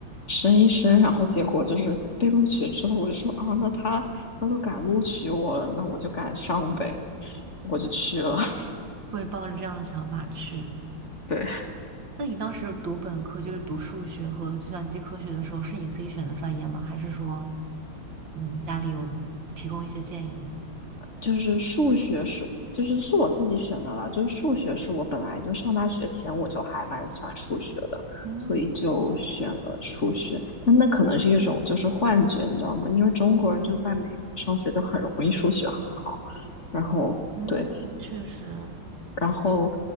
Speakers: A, on the left; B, on the right.
A: 申一申，然后结果就是被录取之后，我就说啊，那他他都敢录取我了，那我就敢上呗，我就去了。<laughs>
B: 会抱着这样的想法去？
A: 对，
B: 那你当时读本科，就是读数学和计算机科学的时候，是你自己选的专业吗？还是说，嗯，家里有提供一些建议？
A: 就是数学是，就是是我自己选的啦，就是数学是我本来就上大学前我就还蛮喜欢数学的，
B: 嗯
A: 所以就选了数学。但那可能是一种就是幻觉，你知道吗？因为中国人就在美国上学就很容易数学很好，然后。
B: 嗯，
A: 对，
B: 确实，
A: 然后，